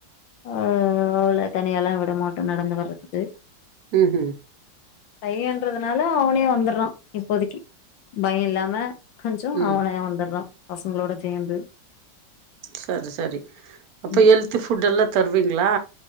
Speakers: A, on the left (about 80°); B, on the right (about 65°).
A: அவ்ள தனியால்லா விட மாட்டோ நடந்து வர்றதுக்கு
B: ம் ஹூ
A: பையன்றதுனால அவனே வந்தர்றா இப்போதிக்கி பய இல்லாம கொஞ்சோ
B: ம்
A: அவனே வந்துர்றா பசங்ளோட சேர்ந்து
B: செரி செரி அப்போ
A: ம்
B: ஹெல்தி ஃபுட் எல்லா தருவீங்ளா